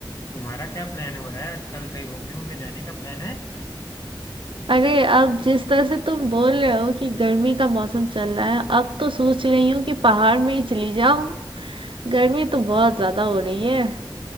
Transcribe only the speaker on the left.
तुम्हारा क्या प्लान हो रहा है आजकल कहीं घूमने घूमने जाने का प्लान
है